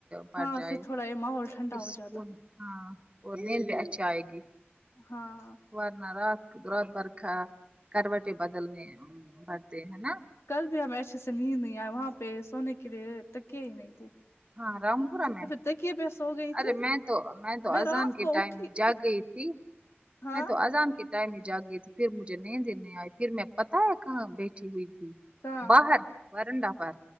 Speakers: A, on the right; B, on the left.
A: پڑ
B: ہاں
A: جائے
B: پھر تھوڑا یہ ماحول ٹھنڈا
A: پھر
B: ہو
A: سکون
B: جاتا
A: ہاں اور نیند بھی اچھا آئے گی
B: ہاں
A: ورنہ رات رات بھر کھا کروٹیں بدلنے پڑتے ہے نا
B: کل بھی ہمیں اچھے سے نیند نہیں آئی وہاں پہ سونے کے لیے تکئے ہی نہیں تھے
A: ہاں رام پورہ میں
B: تکیے پہ سو گئی
A: ارے
B: تھی
A: میں تو میں تو اذان
B: رات
A: کے
B: کو
A: ٹائم
B: اٹھی
A: میں جاگ گئی تھی
B: ہاں
A: میں تو اذان کے ٹائم ہی جاگ گئی تھی پھر مجھے نیند ہی نہیں آئی پھر میں پتا ہے کہاں بیٹھی ہوئی تھی
B: کہاں
A: باہر ورنڈا پر